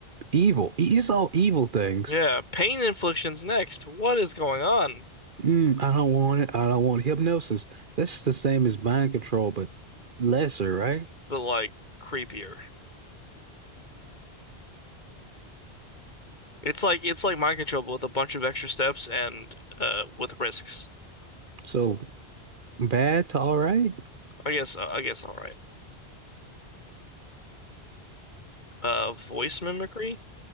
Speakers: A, on the right; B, on the left.
A: evil. E, It's all evil things.
B: Yeah, pain inflictions next. What is going on?
A: Mm, I don't want it. I don't want hypnosis. That's the same as mind control, but lesser, right?
B: But like creepier. It's like it's like mind control but with a bunch of extra steps and uh with risks.
A: So bad to all right.
B: I guess uh, I guess all right. Uh, voice mimicry.